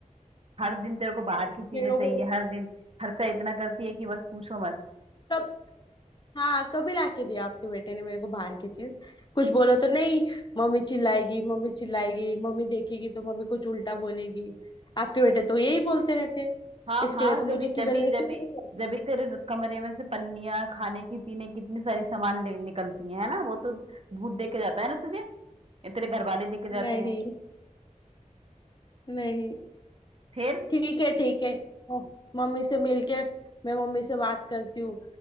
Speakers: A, on the right; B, on the left.
A: हर दिन तेरे को बाहर की चीजें
B: फिर वो
A: चाहिए
B: बोल
A: हर दिन खर्चा इतना करती है कि बस पूछो मत
B: कब हाँ कभी लाके दिया आपके बेटे ने मेरे को बाहर की चीज कुछ बोलो तो नहीं मम्मी चिल्लाएगी मम्मी चिल्लाएगी मम्मी देखेगी तो मम्मी कुछ उल्टा बोलेगी आपके बेटे तो यही बोलते रहते हैं।
A: हाँ
B: इसके
A: हाँ
B: लिए तो मुझे
A: जब भी
B: किधर
A: जब भी
B: लेके
A: जब
B: भी
A: भी
B: नहीं जाते
A: जब भी तेरे कमरे में से पन्नियां खाने की पीने की इतनी सारी सामान ले- निकलती हैं है ना वो तो भूत दे के जाता है ना तुझे ये तेरे घर वाले दे के जाते
B: नहीं
A: हैं
B: नहीं
A: फिर
B: ठीक है ठीक है ओ, मम्मी से मिलके मैं मम्मी से बात करती हूँ